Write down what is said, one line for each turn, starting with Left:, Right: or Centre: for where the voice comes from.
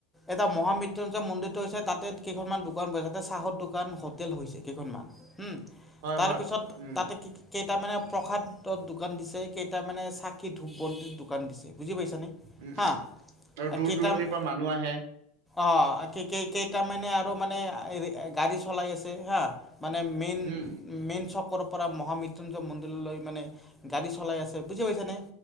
Centre: এটা মহামৃত্যুঞ্জয় মন্দিৰটো হৈছে তাতে কেইখনমান দোকান বই, তাতে চাহৰ দোকান হোটেল হৈছে কেইখনমান হুম
Right: হয়
Centre: তাৰপিছত
Right: হয় উম
Centre: তাতে কি কেইটামানে প্ৰসাদত দোকান দিছে, কেইটামানে চাকি ধূপ বন্তিত দোকান দিছে বুজি পাইছানে?
Right: উম,
Centre: হা
Right: উ, আৰু দূৰ
Centre: কেইটা
Right: দূৰণিৰ পৰা মানুহ আহে।
Centre: অ' কি কেই-কেইটামানে আৰু মানে গাড়ী চলাই আছে হা। মানে মেইন
Right: উম
Centre: মেইন চকৰপৰা মহামৃত্যুঞ্জয় মন্দিৰলৈ মানে গাড়ী চলাই আছে বুজি পাইছা নে?